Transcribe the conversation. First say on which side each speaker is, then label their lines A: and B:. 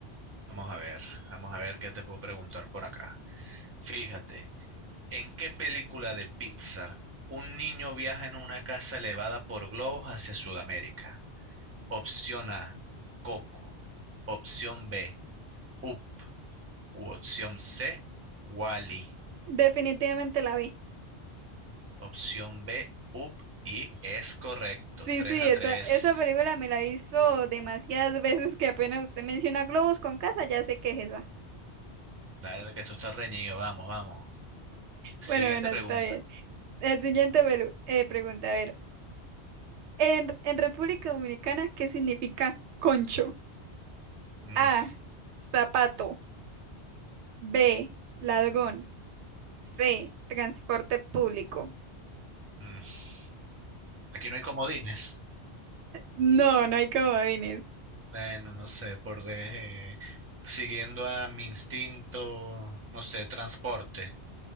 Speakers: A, on the right; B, on the right.
A: Vamos a ver, vamos a ver qué te puedo preguntar por acá. Fíjate, ¿en qué película de Pixar un niño viaja en una casa elevada por globos hacia Sudamérica? Opción A, Coco. Opción B, Up. U opción C, Wally.
B: Definitivamente la vi.
A: Opción B, Up. Y es correcto,
B: Sí,
A: 3
B: sí,
A: a
B: esa,
A: 3.
B: esa película me la he visto demasiadas veces que apenas usted menciona globos con casa, ya sé que es esa. <laughs>
A: Dale, que esto está reñido. Vamos, vamos. Siguiente
B: Bueno, bueno, está
A: pregunta.
B: bien. La siguiente pelu- eh, pregunta, a ver. En, en República Dominicana, ¿qué significa concho?
A: Mm,
B: A, zapato. B, ladrón. C, transporte público.
A: mm. Aquí no hay comodines.
B: No, no hay comodines.
A: Bueno, no sé, por de... siguiendo a mi instinto, no sé, transporte.